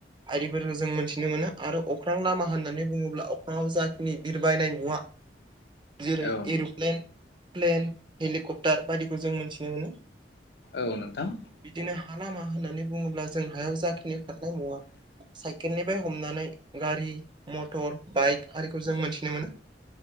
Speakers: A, on the right; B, on the left.
A: आरिफोरखौ जों मोन्थिनो मोनो। आरो अख्रां लामा होननानै बुङोब्ला अख्राङाव जा खिनि बिरबायनाय मुवा जेरै
B: औ नोंथां औ
A: एर'प्लेन, प्लेन, हेलिकप्टार बायदिखौ जों मोनथिनो मोनो।
B: औ नोंथां।
A: बिदिनो हा लामा होननानै बुङोब्ला जों हायाव जाखिनि खारनाय मुवा साइकेलनिफ्राय हमनानै गारि मटर, बाइक आरिखौ जों मोनथिनो मोनो।